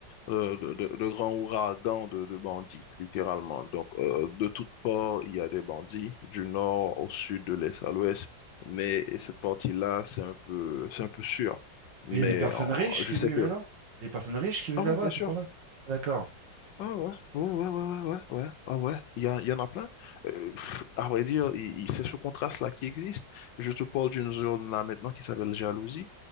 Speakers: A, on the left (about 80°); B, on the right (about 75°).
A: euh, de, de, de grands ouragans de, de bandits, littéralement. Donc, euh, de toutes parts, il y a des bandits, du nord au sud, de l'est à l'ouest. Mais et cette partie-là, c'est un peu, c'est un peu sûr. Mais
B: Il y a des personnes
A: euh,
B: riches
A: je
B: qui
A: sais
B: vivent
A: que...
B: là-dedans? Il y a des personnes riches qui vivent
A: Ah
B: là-bas,
A: oui, bien
B: c'est
A: sûr.
B: pour ça? Ah, d'accord.
A: Ah ouais, ouais, ouais, ouais, ouais, ouais, ouais, ouais, ouais. Il y, a- il y en a plein. Euh, pff, à vrai dire, il- il- c'est ce contraste-là qui existe. Je te parle d'une zone là maintenant qui s'appelle jalousie.